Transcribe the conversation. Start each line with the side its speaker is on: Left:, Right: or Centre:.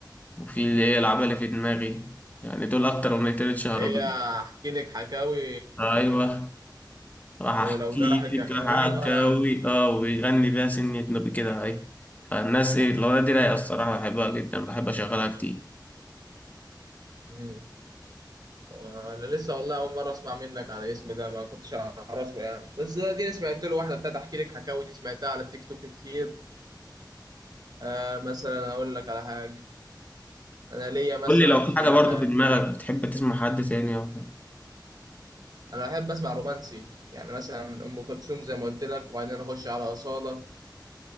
Left: وفي اللي هي العبالة في دماغي يعني دول اكتر اغنيتين اتشهروا
Right: هي
Left: بيهم.
Right: أحكي لك حكاوي
Left: ايوه راح
Right: ولو
Left: احكي
Right: جرحك
Left: لك
Right: أيوه
Left: حكاوي اه ويغني بيها سنة نوبي كده اهي فالناس ايه الاغنية دي رايقة الصراحة بحبها جدا بحب اشغلها كتير
Right: مم. أنا لسه والله أول مرة أسمع منك على الاسم ده ما كنتش أعرفه يعني بس دي أنا سمعت له واحدة بتاعت أحكي لك حكاوي دي سمعتها على التيك توك كتير آه مثلا اقول لك على حاجه انا ليا مثلا
Left: قول لي لو في
Right: في
Left: حاجة
Right: ال...
Left: برضه في دماغك بتحب تسمع حد تاني او حاجة.
Right: انا بحب اسمع رومانسي يعني مثلا ام كلثوم زي ما قلت لك وبعدين اخش على اصاله